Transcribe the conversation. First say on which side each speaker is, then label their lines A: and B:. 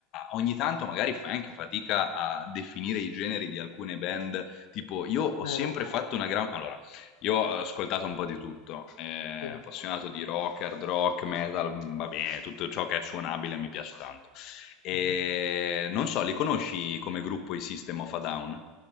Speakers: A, on the left; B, on the left.
A: ogni tanto magari fai anche fatica a definire i generi di alcune band. Tipo, io ho
B: vero.
A: sempre fatto una gran... Allora, io ho ascoltato un po' di tutto, eh,
B: Sì,
A: appassionato di rock, hard rock, metal, va bene, tutto ciò che è suonabile mi piace tanto. E
B: mh-mh.
A: non so, li conosci come gruppo i System of a Down?